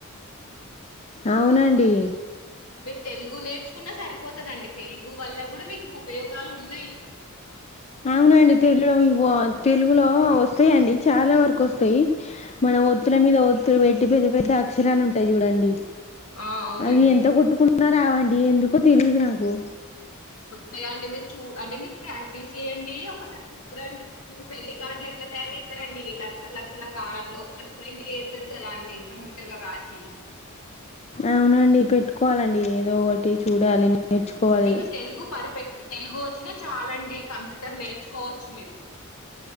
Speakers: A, on the left; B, on the left.
A: అవునండి.
B: తెలుగు నేర్చుకున్నా సరిపోతదండి తెలుగు వల్ల కూడా మీకు ఉపయోగాలు ఉన్నాయ్.
A: అవునండి తెలులివా తెలుగులో. ఓ వొస్తాయండి చాలా వరకు వొస్తాయి మన ఒత్తుల మీద ఒత్తులు పెట్టి పెద్ద పెద్ద అక్షరాలు ఉంటాయి జుడండి.
B: ఆ అవునండి
A: అవి ఎంత కొట్టుకున్న. ఐనరావండి ఎందుకో తెలియదు నాకు.
B: వొత్తాయి అండి మీరు చూ అంటే మీరు ప్రాక్టీస్ జెయండి ఒకసారి చూడండి ఇప్పుడు పెళ్లి కార్డులు ఎట్లా తయారు చేస్తారండి లక్షల లక్షల కార్డులు ఒక్కటి ప్రింట్ యెట్టారు కదా అండి కంప్యూటర్ లో రాసి.
A: అవునండి పెట్టుకోవాలండి ఏదో ఒకటి చూడాలి. నేర్చుకోవాలి
B: మీకు తెలుగు పర్ఫెక్ట్ తెలుగు వచ్చినా చాలా అండి కంప్యూ. ఇద్దరు నేర్చుకోవచ్చు మీరు.